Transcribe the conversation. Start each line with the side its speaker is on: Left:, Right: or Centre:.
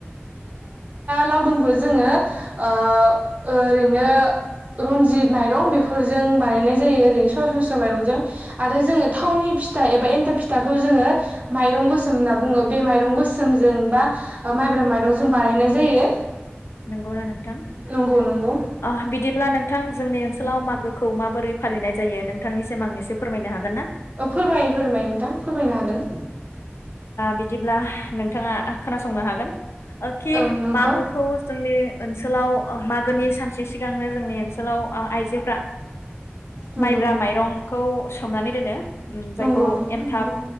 Right: लावदुमखो जोङो ओ ओरैनो रनजित माइरं बेफोरजों बानायनाय जायो ओरैनो सरासनस्रा माइरंजों आरो जोङो थावनि फिथा एबा एन्थाब फिथाखौ जोङो माइरं गोसोम होनना बुङो बे माइरं गोसोम सोमजों बा माइब्रा माइरंजों बानायनाय जायो।
Left: नंगौना नोंथां
Right: नंगौ नंगौ
Left: बिदिब्ला नोंथां जोंनि ओनसोलाव मागोखौ माबोरै फालिनाय जायो। नोंथांनिसिम आं एसे फोरमायनो हागोन ना?
Right: अ फोरमायो फोरमायो नोंथां फोरमायनो हागोन।
Left: ओ बिदिब्ला नोंथाङा खोनासंनो हागोन। आखि
Right: ओं नोंखौ
Left: मागोखौ जोंनि ओन ओनसोलाव मागोनि सानसे सिगांनो जोंनि ओनसोलाव आइजोफ्रा
Right: नंगौ
Left: माइब्रा माइरंखौ सोमनानै दोनो जायखौ
Right: नंगौ नंगौ नोंथां
Left: एनथाब
Right: नंगौ